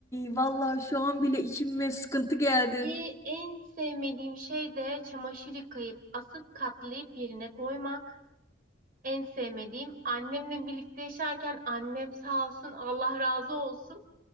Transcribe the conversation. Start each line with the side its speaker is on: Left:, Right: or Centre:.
Left: vallahi şu an bile içime sıkıntı geldi.
Right: E, en sevmediğim şey de çamaşır yıkayıp asıp katlayıp yerine koymak. En sevmediğim annemle birlikte yaşarken annem sağ olsun Allah razı olsun.